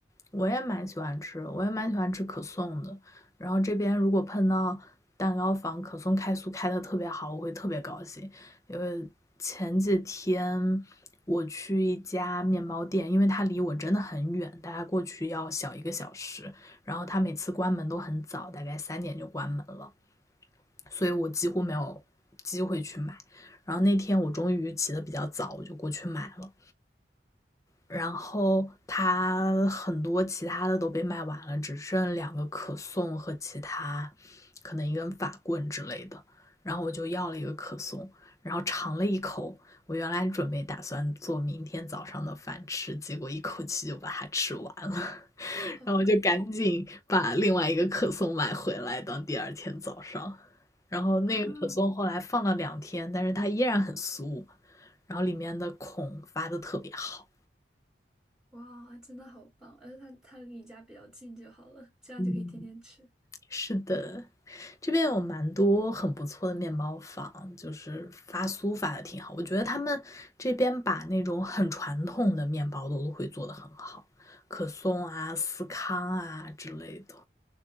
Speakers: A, on the left; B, in the centre.
A: 我也蛮喜欢吃，我也蛮喜欢吃可颂的。然后这边如果碰到蛋糕房可颂开酥开的特别好，我会特别高兴。因为前几天我去一家面包店，因为它离我真的很远，大概过去要小一个小时。然后它每次关门都很早，大概三点就关门了。所以我几乎没有机会去买。然后那天我终于起得比较早，我就过去买了。然后它很多其他的都被卖完了，只剩两个可颂和其他可能一根法棍之类的。然后我就要了一个可颂，然后尝了一口。我原来准备打算做明天早上的饭吃，结果一口气就把它吃完了。
B: <laughs> 哦
A: 然后就赶紧把另外一个可颂买回来当第二天早上。然后那个可颂后来放了两天，
B: 啊。
A: 但是它依然很酥，然后里面的孔发的特别好。
B: 哇，真的好棒！而且它它离你家比较近就好了，这样就可以天天吃。
A: 嗯，是的，这边有蛮多很不错的面包坊，就是发酥发的挺好。我觉得他们这边把那种很传统的面包都会做的很好，可颂啊、司康啊之类的。